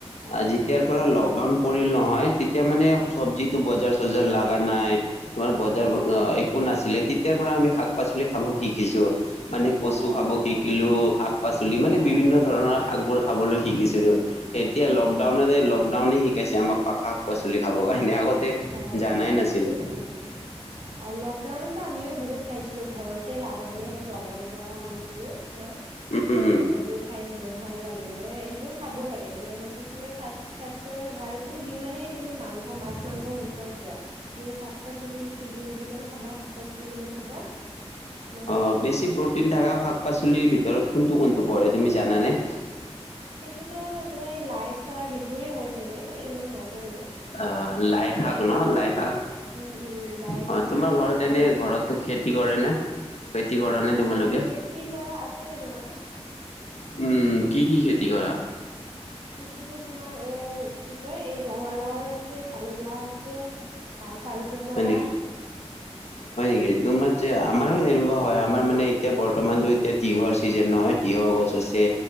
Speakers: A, on the right; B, on the left.
A: অ',
B: যেতিয়াৰ
A: হয় নেকি?
B: পৰা লকডাউন পৰিল নহয় তেতিয়া মানে চবজিত টো বজাৰ চজাৰ লগা নাই তোমাৰ বজাৰ
A: অ',
B: একো নাছিলে তেতিয়াৰ পৰা আমি শাক শাক পাচলি খাব শিকিছোঁ মানে কচু
A: অ', হয়
B: খাব
A: নেকি?
B: শিকিলোঁ শাক চুলি মানে
A: অ',
B: বিভিন্ন ধৰণৰ শাকবোৰ খাবলৈ শিকিছিলোঁ। এতিয়া
A: উম,
B: লকডাউনেৰে
A: উম,
B: লকডাউনে শিকাইছে আমাক শাক পাচলি খাবৰ কাৰণে আগতে
A: অ
B: জানাই নাছিলো
A: হয় নেকি অ লকডাউনতো আমিও বহুত খাইছিলো। ঘৰতে লগা মানে সেই জংঘল পৰা আনিছিলো মই
B: উম উম
A: সেইবোৰ খাইছিলো। ভাল লাগে সেইবোৰ খাব লাগে। তোমাৰ সেই বোৰ সালে স্বাস্থ্য ভালে থাকে তুমি যিমানেই তুমি। মাংস, মাছ মাংস নোখোৱা কিয় তুমি শাক পাচলি যিমান খাবা শাক পাচলি যিমান খাবা তোমাৰ সিমানেই
B: অ, বেছি
A: ভাল
B: প্ৰটিন
A: হয়
B: থকা শাক পাচলিৰ ভিতৰত কোনটো কোনটো পহ তুমি জানানে?
A: সেইটোতো তোমাৰ এই লাই চাহ সেইবোৰে হয় চাগে মই ইমান নাজানো।
B: অ লাই
A: তোমাৰ
B: শাক
A: এই
B: ন
A: পাচলিতো
B: লাই শাক
A: উম উম লাই
B: অ
A: শাক
B: তোমাৰ ঘৰত
A: পালেং
B: এনে
A: শাক
B: ঘৰতো খেতি খেতি কৰেনে খেতি কৰা নে তোমালোকে?
A: অ খেতি কৰা আছে তোমাৰ
B: উম কি কি খেতি কৰা?
A: খেতিতো তোমাৰ এৰ কি কয় এই ৰঙালাওৰ আছে পানীলাও আছে আৰু চাল কোমোৰা।
B: হয় নেকি? হয় নেকি তোমাৰ
A: উম
B: আমাৰো এনেকুৱা হয়। আমাৰ মানে এতিয়া বৰ্তমানতো এতিয়া তিহৰ চিজন নহয় তিঁহৰ গছ আছে।